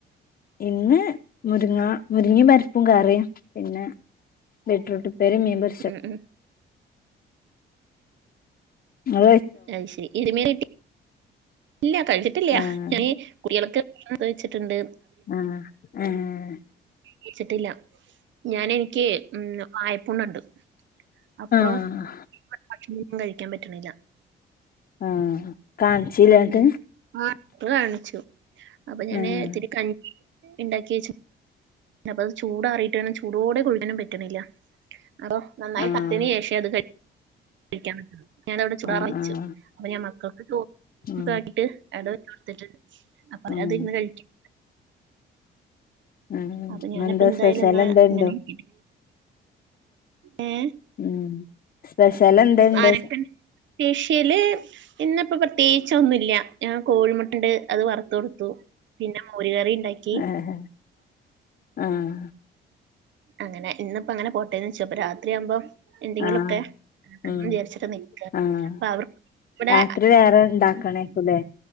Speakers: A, on the left; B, on the right.
A: ഇന്ന് മുരിങ്ങ മുരിങ്ങയും പരിപ്പും കയറിയും പിന്നെ ബീട്രൂട്ട് പ്പേരിയും മീൻ പൊരി
B: ഉം ഉം
A: ആ
B: അത് ശരി ഇരുമേൻ കിട്ടി ഇല്ല കഴിച്ചിട്ടില്ല
A: ആഹ്
B: ഞ കുളികളക്ക് <inaudible> ച്ചിട്ടുണ്ട്
A: ആ ഏഹ്
B: കഴിച്ചിട്ടില്ല ഞാൻ എനിക്ക് ഉം വായപ്പുണ്ണുണ്ട് അപ്പൊ
A: ആഹ്
B: ഭക്ഷണൊന്നും കഴിക്കാൻ പറ്റണില്ല
A: ആഹ് കാണിച്ചിലെ
B: അത്
A: ന്നട്ട്
B: ഞാൻ ആ <unintelligible> കാണിച്ചു അപ്പൊ ഞാന്
A: ആഹ്
B: ഇത്തിരി കഞ്ഞി ഇണ്ടാക്കി വെച്ച് അപ്പ അത് ചൂടാറിയിട്ടു വേണം ചൂടോടെ കുടിക്കാനും പറ്റണില്ല അപ്പൊ നന്നായി
A: ആഹ്
B: തണ്ത്തിന് ശേഷേ അത് കഴി കഴിക്കാൻ പറ്റുള്ളൂ ഞാനവിടെ ചുടാറാ
A: ആഹ്
B: വെച്ചു
A: ആഹ്
B: അപ്പൊ ഞാൻ മക്കൾക്ക് ചോ
A: ഉം
B: <unintelligible> താക്കിട്ട് അട കൊടുത്തിട്ടുണ്ട് അപ്പൊ അവര
A: ഉം
B: അതിരുന്ന് കഴിക്കും
A: ഉം ഇന്നെന്താ
B: അപ്പൊ ഞാനപ്പ എന്തായാലും
A: സ്പെഷ്യൽ
B: എന്ന
A: എന്തേണ്ടോ
B: ഇങ്ങനെ <inaudible> ഏഹ്
A: ഉം സ്പെഷ്യൽ എന്തേണ്ടോയ്ച്ച
B: ആരൊക്കെണ്ട് സ്പെഷ്യല് ഇന്ന് ഇപ്പോ പ്രത്യേകിച്ച് ഒന്നുംല്ല ഞാൻ കോഴിമുട്ടണ്ട് അത് വറുത്ത് കൊടുത്തു പിന്നെ മോര് കറി ഉണ്ടാക്കി
A: ഏഹ് ആഹ്
B: അങ്ങനെ ഇന്ന്പ്പോ അങ്ങനെ പോട്ടേന്ന് വെച്ച് അപ്പൊ രാത്രിയാകുമ്പം എന്തെങ്കിലൊക്കെ
A: ആഹ്
B: <unintelligible>
A: ഉം
B: വിചാരിച്ചിട്ട് നിക്ക
A: ആഹ്
B: അപ്പൊ അവർക്ക് ഇവിടെ
A: രാത്രി വേറെ ഉണ്ടാക്കണേക്കുല്ലേ